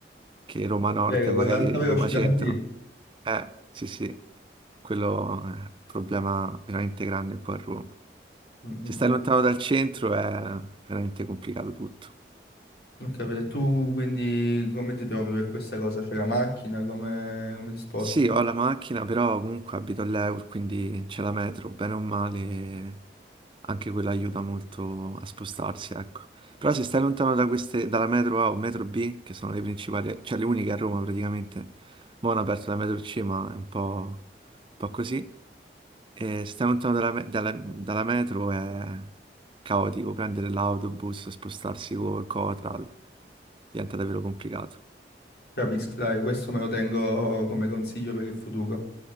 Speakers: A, on the right; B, on the left.
A: che Roma Nord,
B: Vero,
A: magari
B: con l'alta velocità
A: Roma Centro.
B: sì.
A: Eh, sì, sì, quello è un problema veramente grande qua a Roma.
B: Mm, mm,
A: Se stai
B: mm.
A: lontano dal centro è veramente complicato tutto.
B: Ho capito. E tu quindi come ti trovi per questa cosa? C'è la macchina? Come, come ti sposti?
A: Sì, ho la macchina, però comunque abito all'Eur, quindi c'è la metro, bene o male, anche quella aiuta molto a spostarsi, ecco. Però se stai lontano da queste, dalla metro A o metro B, che sono le principali, cioè le uniche a Roma praticamente, mo' hanno aperto la metro C, ma è un po', un po' così. E stare lontano dalla, me- dalla- dalla metro è caotico, prendere l'autobus, spostarsi col Coral diventa davvero complicato.
B: Capisco, dai, questo me lo tengo come consiglio per il futuro.